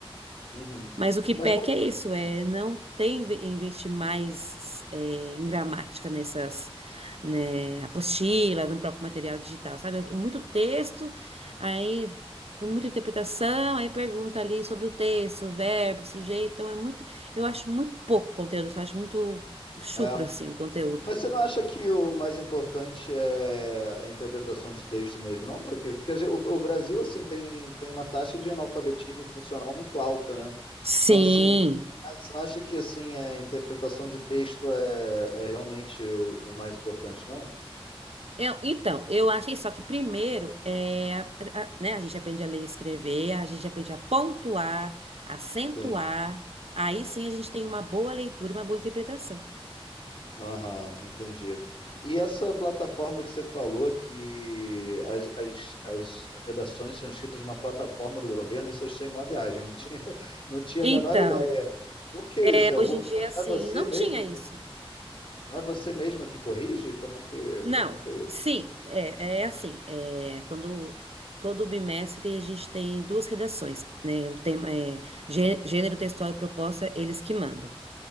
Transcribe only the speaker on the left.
uhum.
Mas
qual,
é.
Mas você não acha que o mais importante é a interpretação de texto mesmo, não? Porque, porque a gen- o, o Brasil, assim, tem, tem uma taxa de analfabetismo funcional muito alta, né?
Então, assim, ah, você não acha que, assim, a interpretação de texto é, é realmente o, o mais importante, não?
Sim.
Aham, entendi. E essa plataforma que você falou, que as, as, as redações são escritas numa plataforma do governo, isso eu achei uma viagem, não tinha, <laughs> não tinha
a menor ideia. Por que
isso? É algum,
não
é você
mesmo
que, não é você mesma que corrige? Como é que,
como é que é isso?